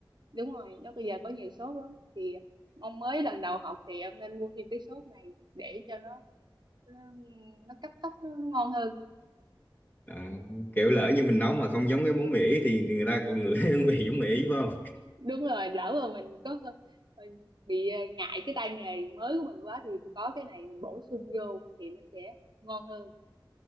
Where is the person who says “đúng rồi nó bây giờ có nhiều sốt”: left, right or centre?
Right